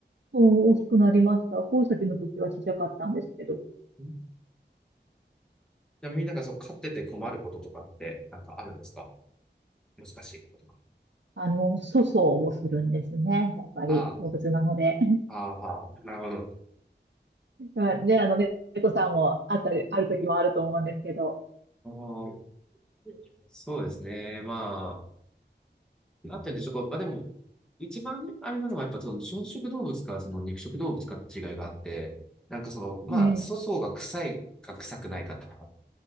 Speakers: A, on the right; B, in the centre.
A: そう、大きくなりました。コウサギの時は小さかったんですけど、
B: うんでもみんながそう飼ってて困ることとかってなんかあるんですか難しいこととか。
A: あの、粗相をするんですね。やっぱり動物なので。
B: あああ、はあなるほど。
A: まあね、あの、ね猫さんもあったり、ある時もあると思うんですけど。
B: あーそうですね。まあ、あったんでしょうか。まあでも、一番あれなのは、やっぱその草食動物か、その肉食動物かって違いがあって、なんかその、まあ、
A: ええ。
B: 粗相が臭いか臭くないかってのが